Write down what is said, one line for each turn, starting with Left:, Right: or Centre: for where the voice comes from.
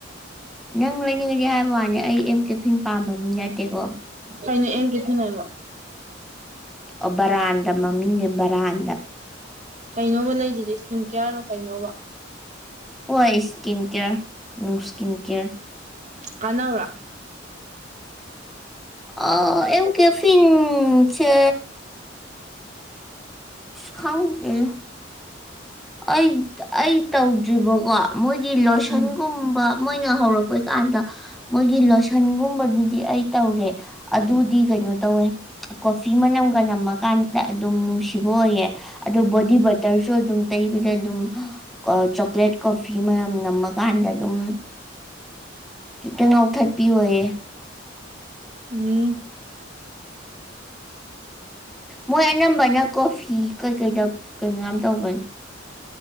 Centre: ꯅꯪ ꯂꯩꯅꯤꯡꯉꯗꯤ ꯍꯥꯏꯕ ꯋꯥꯅꯦ ꯑꯩ ꯑꯦꯝ ꯀꯦꯐꯤꯟ ꯄꯥꯝꯕ ꯃꯤ ꯅꯠꯇꯦꯀꯣ
Right: ꯀꯩꯅꯣ ꯑꯦꯝ ꯀꯦꯐꯤꯟ ꯍꯥꯏꯕꯣ
Centre: ꯑꯣ ꯕꯔꯥꯟꯗ ꯃꯃꯤꯡꯅꯦ ꯕꯔꯥꯟꯗ
Right: ꯀꯩꯅꯣꯕ ꯂꯩꯗꯨꯏꯁꯦ ꯏꯁꯀꯤꯟ ꯀꯤꯌꯥꯔꯣ ꯀꯩꯅꯣꯕ
Centre: ꯍꯣꯏ ꯏꯁꯀꯤꯟ ꯀꯤꯌꯔ ꯅꯨꯡ ꯏꯁꯀꯤꯟ ꯀꯤꯌꯔ
Right: ꯀꯥꯟꯅꯕ꯭ꯔꯣ
Centre: ꯑꯥ ꯑꯦꯝ ꯀꯦꯐꯤꯟ ꯁꯦ ꯈꯪꯗꯦ ꯑꯩ ꯑꯩ ꯇꯧꯗ꯭ꯔꯤꯕꯀꯣ ꯃꯣꯏꯒꯤ ꯂꯣꯁꯟꯒꯨꯝꯕ
Right: ꯎꯝ
Centre: ꯃꯣꯏꯅ ꯍꯧꯔꯛꯄ ꯀꯥꯟꯗ ꯃꯣꯏꯒꯤ ꯂꯣꯁꯟꯒꯨꯝꯕꯗꯨꯗꯤ ꯑꯩ ꯇꯧꯔꯦ ꯑꯗꯨꯗꯤ ꯀꯩ ꯀꯩꯅꯣ ꯇꯧꯋꯦ ꯀꯣꯐꯤ ꯃꯅꯝꯒ ꯅꯝꯃꯀꯥꯟꯗ ꯑꯗꯨꯝ ꯅꯨꯡꯁꯤ ꯕ ꯑꯣꯏꯌꯦ ꯑꯗꯣ ꯕꯣꯗꯤ ꯕꯇꯔꯁꯨ ꯑꯗꯨꯝ ꯗ ꯑꯗꯨꯝ ꯑꯥ ꯆꯣꯀ꯭ꯂꯦꯠ ꯀꯣꯐꯤ ꯃꯅꯝꯅꯝꯃ ꯀꯥꯟꯗ ꯑꯗꯨꯝ ꯈꯤꯇ ꯉꯥꯎꯊꯠꯄꯤ ꯑꯣꯏꯌꯦ
Right: ꯎꯝ
Centre: ꯃꯣꯏ ꯑꯅꯝꯕꯅ ꯀꯣꯐꯤ ꯀꯩꯀꯩꯗ ꯀꯩꯅꯣ ꯌꯥꯝ ꯇꯧꯕꯅꯤ